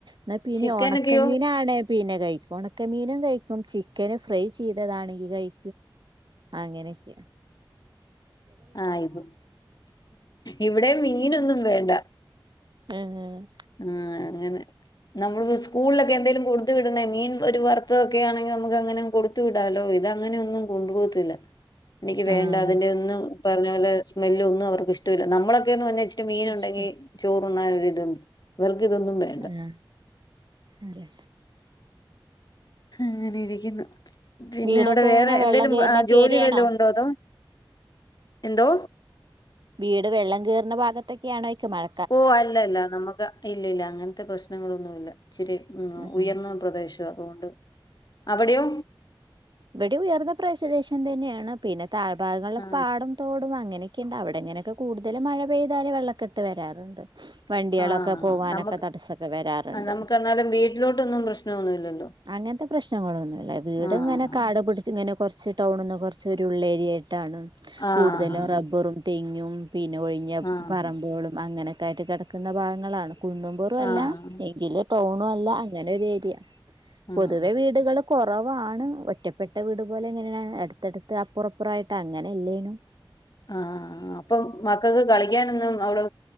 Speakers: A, on the right; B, on the left.
A: ന്ന പിന്നെ
B: ചിക്കനൊക്കെയോ
A: ഉണക്കമീനാണേ പിന്നെ കയിക്കു ഒണക്കമീനുങ്കഴിക്കും ചിക്കന് ഫ്രൈ ചീതതാണെങ്കി കയി അങ്ങനൊക്ക
B: ആഹ് ഇപ്പ ഇവിടേം മീനൊന്നും വേണ്ട
A: ആഹ്
B: ആഹ് അങ്ങനെ നമ്മള് വുസ്കൂൾലൊക്കെ എന്തെലും കൊടുത് വിടണേ മീൻ ഒരു വറുത്തതൊക്കെ ആണെങ്കി നമക്കങ്ങനങ്ങ് കൊട് ത്തു വിടാലോ ഇതങ്ങന്യോന്നും കൊണ്ടു പോത്തില്ല
A: <inaudible>
B: നിക്ക് വേണ്ട
A: ആഹ്
B: അതിന്റെ ഒന്നു പറഞ്ഞ പോലെ സ്മെല്ലൊന്നു അവർക്കിഷ്ടവില്ല നമ്മളൊക്കെന്ന് പഞ <unintelligible> മീനുണ്ടെങ്കി
A: ഇഷ്ടം
B: ചോറുണ്ണാനോരിതും ഇവർക്കിതൊന്നും വേണ്ട
A: ആഹ് അതെ
B: അങ്ങനെരിക്കുന്നു പിന്നെ
A: വീടൊക്കെ
B: അവടെ
A: എങ്ങനെ
B: വേറെ
A: വെള്ളം
B: എന്തേലും
A: കേറുന്നൊക്കെ
B: ബ ജോലി
A: ഏരിയാണോ?
B: വല്ലോ ണ്ടോ അതോ എന്തോ
A: വീട് വെള്ളം കേറ്ണെ ഭാഗത്തൊക്കെയണോയ്ക്ക മഴ
B: ഓ അല്ലല്ല നമുക്ക് ഇല്ലില്ല അങ്ങൻത്ത പ്രശ്നങ്ങളൊന്നുവില്ല ച്ചിരി ഉം
A: ആഹ്
B: ഉയർന്ന പ്രദേശ അതോണ്ട് അവിടെയോ
A: വടീം ഉയർന്ന പ്രശദേശം തന്നേണ് പിന്നെ താഴ്ഭാഗങ്ങൾലൊക്കെ
B: ആ
A: പാടം ത്തോടു അങ്ങനൊക്കിണ്ട് അവിടങ്ങനൊക്കെ കൂട്തല് മഴ പെയ്താല് വെള്ളക്കെട്ട് വരാറ്ണ്ട് വണ്ടിയാളൊക്കെ
B: ആ
A: പോവാനൊക്ക
B: നമുക്ക്
A: തടസ്സൊക്കെ വരാറ്ണ്ട്
B: നമുക്കെന്നാലും വീട്ടിലോട്ടൊന്നും പ്രശ്നമൊന്നുമില്ലല്ലോ
A: അങ്ങൻത്തെ പ്രശ്നങ്ങളൊന്നുമല്ല വീട്
B: ആഹ്
A: ങ്ങനെ കാട് പുട്ച്ച് ങ്ങനെ കൊർച്ച് ടൗണ്ന്ന് കൊർചൊരു ഉള്ളേരിയേട്ടാണ്
B: ആഹ്
A: കൂടുതലും റബ്ബറും തെങ്യും പിന്നെ ഒഴിഞ്ഞ
B: ആഹ്
A: പറമ്പേളും അങ്ങനെക്കായ്റ്റ് കെട ക്കുന്ന ഭാങ്ങളാണ് കുന്നമ്പൊറോ അല്ല
B: ആഹ്
A: എങ്കില് ടൗണു അല്ല അങ്ങനൊരേര്യ
B: ഉം
A: തുവെ വീട്കള് കൊറവാണ് ഒറ്റപ്പെട്ട വീട് പോലെ ങ്ങനെണ് എട്ത്തടുത്ത് അപ്പറ പ്രായ്ട്ടങ്ങനല്ലേനും
B: ആഹ് അപ്പം മക്കക്ക് കളിക്കാനൊന്നും അവ്ടെ